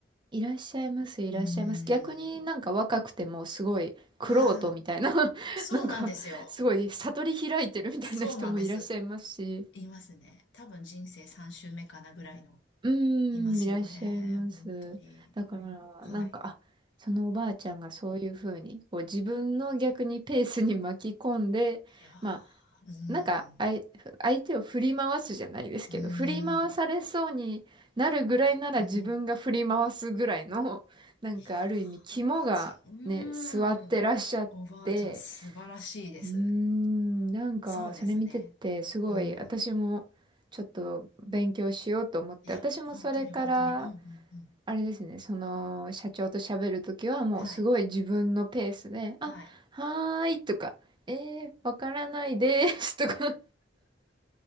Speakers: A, on the right; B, on the left.
A: いらっしゃいます、いらっしゃいます。
B: うーん。
A: 逆になんか若くてもすごい玄人みたいな
B: ああ。
A: <laughs>
B: そうなんですよ。
A: なんかすごい悟り開いてるみたいな人もいらっしゃいますし。
B: そうなんです。いますね。多分人生3周目かなぐらいの、
A: うー
B: いますよね。
A: ん、いらっしゃいます。
B: 本当に。
A: だから、
B: はい。
A: なんか、あ、そのおばあちゃんがそういうふうに、こう自分の逆にペースに巻き込んで、
B: いやー、
A: まあ、
B: うー
A: なんか、
B: ん、
A: あい、相手を振り回すじゃないですけど、
B: うー
A: 振り回されそうになるぐらいなら自分が振り回すぐらいの、
B: ん、うん。
A: <laughs> なんかある意味肝がね、
B: いやー、おばあちゃん、うーん。
A: 座ってらっしゃって、
B: おばあちゃん、素晴らしいです。
A: うーん、なんかそれ見ててすごい私もちょっと勉強しようと思って、
B: そうですね。うん。いや、
A: 私もそれから、
B: 本当に本当に。うん、うん、うん。
A: あれですね、その社長と喋るときはもうすごい自分のペースで、
B: はい。はい。
A: あ、はーいとか、えー、わからないですとか